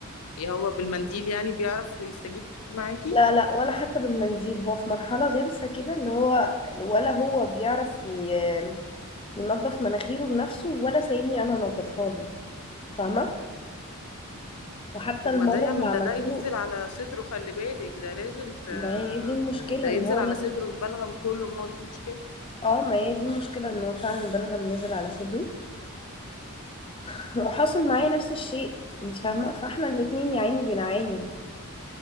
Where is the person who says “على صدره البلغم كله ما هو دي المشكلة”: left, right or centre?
Left